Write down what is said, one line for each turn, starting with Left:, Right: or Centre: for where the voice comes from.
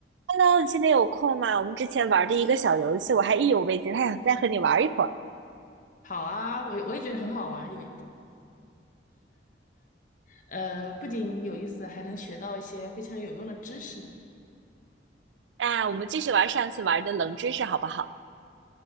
Right: Hello，你现在有空吗？我们之前玩的一个小游戏，我还意犹未尽，还想再和你玩一会儿。
Left: 好啊，我我也觉得很好玩，有呃，不仅有意思，还能学到一些非常有用的知识呢。
Right: 那我们继续玩上次玩的冷知识，好不好？